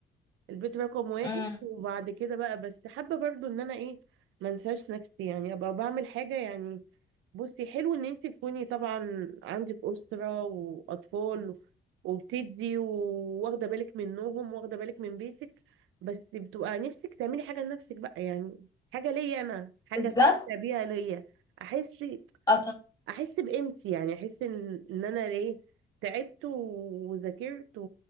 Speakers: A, on the right; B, on the left.
A: البيت رقم واحد
B: امم
A: وبعد كده بقى بس حابة برضو إن أنا إيه منساش نفسي يعني ابقى بعمل حاجه يعني بصي حلو ان انت تكوني طبعا عندك اسره واطفال وبتدي واخده بالك منهم واخده بالك من بيتك بس بتبقى نفسك تعملي حاجه لنفسك بقى يعني حاجه ليا انا حاجه
B: بالظبط
A: استمتع بيها ليا احس
B: اه طبعا
A: احس بقيمتي يعني احس ان ان انا ليه تعبت وذاكرت و-